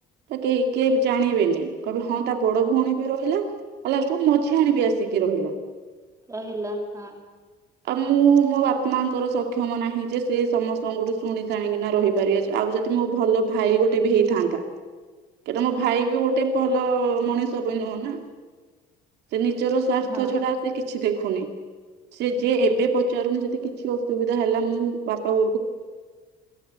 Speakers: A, on the right; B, on the right.
A: କେହି କେ ଜାଣିବେନି କହିବେ ହଁ ତା ବଡ ଭଉଣୀ ବି ରହିଲା ଆଉ ଲାଷ୍ଟକୁ ମଝିଆ ଆଣ ବି ଆସିକି ରହିଲା।
B: କହିଲା ହଁ,
A: ଆଉ ମୁଁ ମୋ ବାପାଙ୍କର ସକ୍ଷମ ନାହିଁ ଯେ ସେ ସମସ୍ତଙ୍କଠୁ ଶୁଣିସାଣିକିନା ରହିପାରିବଛି ଆଉ ଯଦି ମୋ ଭଲ ଭାଇ ଗୋଟେ ବି ହେଇଥାନ୍ତା କହିଁ ମୋ ଭାଇ ବି ଗୋଟେ ଭଲ ମଣିଷ ପାଇଁ ନୁହଁ ନା। ସେ ନିଜର ସ୍ୱାର୍ଥ
B: ହଁ
A: ଛଡା ସେ କିଛି ଦେଖ ଦେଖୁନି, ସେ ଯିଏ ଏବେ ପଚାରୁନି ଯଦି କିଛି ଅସୁବିଧା ହେଲା ମୁଁ ବାପା